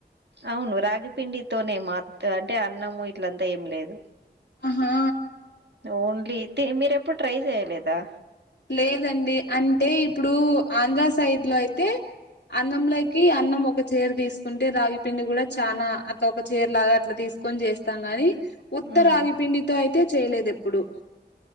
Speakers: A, on the right; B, on the left.
A: అవును రాగిపిండితోనే మా అంటే అన్నము ఇట్లంతా ఏం లేదు
B: ఆహా
A: ఓన్లీ మీరు ఎప్పుడు ట్రై చేయలేదా
B: లేదండి అంటే ఇప్పుడు ఆంధ్ర సైడ్ లో అయితే అన్నంలోకి అన్నం ఒక చీర తీసుకుంటే రాగి పిండి కూడా చానా అట్లా ఒక చీరలాగా అట్లా తీసు కోనీ చేస్తాం గాని ఉత్తరా
A: మ్
B: ఆగిపిండితో అయితే చేయలేదు ఎప్పుడు